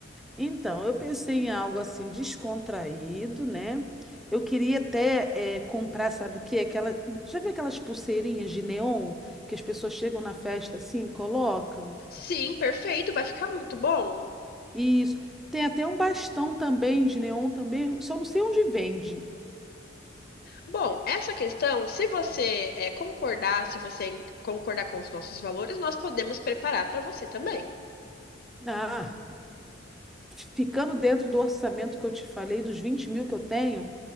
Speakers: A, in the centre; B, on the left.
A: Então, eu pensei em algo assim descontraído, né? Eu queria até eh, comprar, sabe o quê? Aquela, já viu aquelas pulseirinhas de neon que as pessoas chegam na festa assim, colocam?
B: Sim, perfeito, vai ficar muito bom.
A: Isso. Tem até um bastão também de neon também, só não sei onde vende.
B: Bom, essa questão, se você eh, concordar, se você en- concordar com os nossos valores, nós podemos preparar para você também.
A: Ah, fi- ficando dentro do orçamento que eu te falei, dos 20 mil que eu tenho,